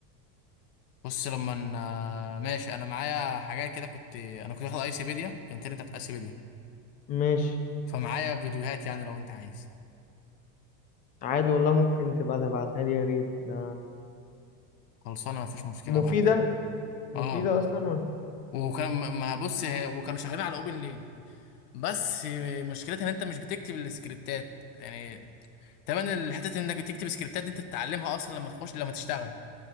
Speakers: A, on the left; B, on the left.
A: بص لما أنا... ماشي انا معايا حاجات كده كنت انا كنت واخد ايسيبيديا الانترنت بتاعت ايسيبيديا
B: ماشي
A: فمعايا فيديوهات يعني لو انت عايز
B: عادي والله ممكن تبقى تبعتها لي يا ريت ده
A: خلصانه مفيش مشكله
B: مفيدة
A: ابعتها لك
B: مفيدة
A: اه
B: اصلا ولا
A: وكان ما بص وكانوا شغالين على اوبن لين بس مشكلتها ان انت مش بتكتب السكريبتات يعني تمام الحتة انك تكتب سكريبتات دي انت تتعلمها اصلا لما تخش لما تشتغل